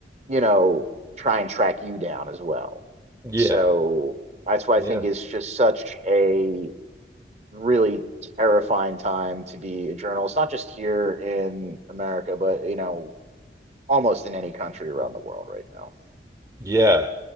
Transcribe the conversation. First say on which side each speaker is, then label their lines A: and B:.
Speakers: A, on the right (about 40°); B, on the right (about 20°).
A: you know try and track you down as well
B: yeah,
A: so that's why
B: yeah.
A: i think it's just such a really terrifying time to be a journalist not just here in america but you know almost in any country around the world right now
B: Yeah.